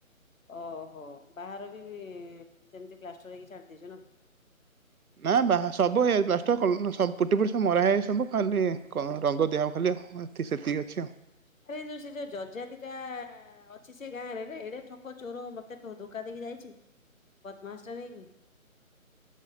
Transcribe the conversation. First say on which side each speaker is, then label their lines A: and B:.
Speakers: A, on the left (about 65°); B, on the right (about 80°).
A: ଓହୋ ବାହାର ବି ସେମିତି ପ୍ଲାଷ୍ଟର ହେଇକି ଛାଡିଦେଇଚୁ ନା।
B: ନା ବା ସବୁଇ ପ୍ଲାଷ୍ଟର କଲ୍ ସ ପୁଟି ପୁଟି ସବୁ ମରାହଇ ସବୁ ଖାଲି ରଙ୍ଗ ଦିଆହବ ଖାଲି। ତିକି ସେତିକି ଅଛି ଆଉ।
A: ଆରେ ଯୋଉ ସେ ଯୋଉ ଜଜାତିଟା ଅଛି ସେ ଗାଁରେ ଏଇଡେ ଠକ ଚୋର ମତେ ଧୋକା ଦେଇକି ଯାଇଚି ବଦ୍ମାସ ଟା ନେଇକି। <inaudible>